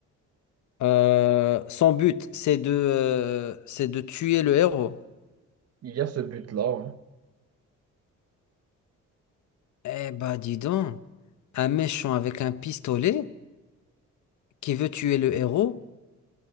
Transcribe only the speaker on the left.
Euh, son but, c'est de, euh, c'est de tuer le héros.
Eh bah dis donc, un méchant avec un pistolet qui veut tuer le héros,